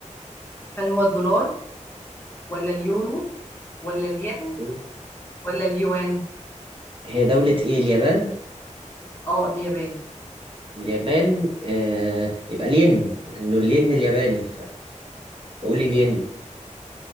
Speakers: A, on the left; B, on the right.
A: هل هو الدولار ولا اليورو ولا الين
B: دور.
A: ولا اليوان
B: هي دولة ايه اليابان؟
A: اه اليابان
B: اليابان آه يبقى الين لأنه الين الياباني فقولي الين